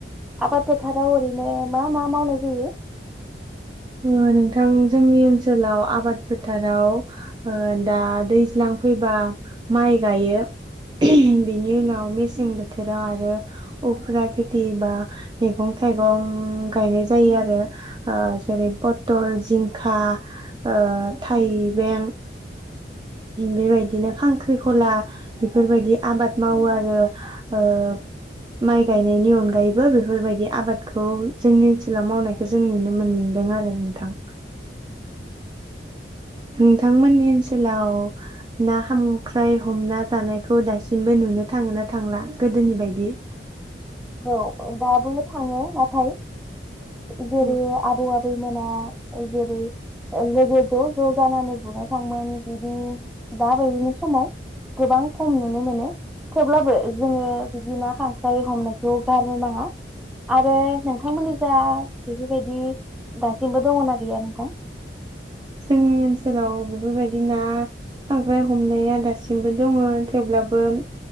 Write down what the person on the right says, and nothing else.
ओ नोंथां जोंनि ओनसोलाव आबाद फोथाराव ओ दा दैज्लां फैबा माइ गायो बेनि उनाव मेसें बोथोराव आरो उफुरा खेथि बा मैगं थाइगं गायनाय जायो आरो ओ जेरै पथल जिंखा ओ थाइबें बेबायदिनो खांख्रिखला बेफोरबायदि आबाद मावो आरो ओ माइ गायनायनि अनगायैबो बेफोरबायदि आबादखौ जोंनि ओनसोलाव मावनायखौ जों नुनो मोन दों आरो नोंथां नोंथांमोननि ओनसोलाव ना खामख्राय हमना जानायखौ दासिमबो नुनो थाङो ना थांला गोदोनि बायदि?
औ
जोंनि ओनसोलाव बेफोरबायदि ना खांख्राय ह मनाया दासिमबो दङ थेवब्लाबो